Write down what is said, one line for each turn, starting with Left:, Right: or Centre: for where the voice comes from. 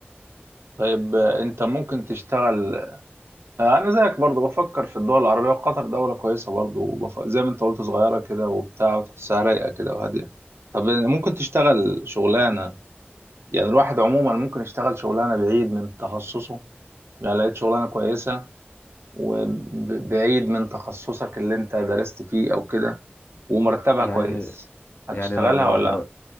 Right: طيب آه، أنت ممكن تشتغل آه، أنا زيك برضو بفكر في الدول العربية وقطر دولة كويسة برضو وبف... زي ما أنت قلت صغيرة كده وبتاع وتحسها رايقة كده وهادية طب ممكن تشتغل شغلانة يعني الواحد عموما ممكن يشتغل شغلانة بعيد من تخصصه يعني لقيت شغلانة كويسة وبعيد من تخصصك اللي انت درست فيه او كده ومرتبها
Left: يعني
Right: كويس هتشتغلها
Left: يعني لو
Right: ولا
Left: لو